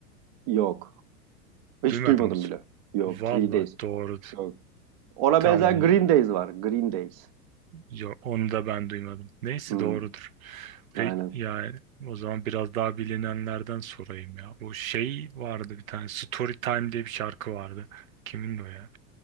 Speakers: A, on the right (about 25°); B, on the right (about 60°).
A: Yok. Hiç
B: Duymadım
A: duymadım
B: hiç.
A: bile. Yok.
B: Valla
A: Three Days.
B: doğru.
A: Yok. Ona
B: Tamam.
A: benzer Green Days var. Green Days.
B: Yok, onu da ben duymadım. Neyse
A: Hmm,
B: doğrudur. Peki
A: aynen.
B: yani o zaman biraz daha bilinenlerden sorayım ya. Bu şey vardı bir tane Story Time diye bir şarkı vardı. Kimin o ya?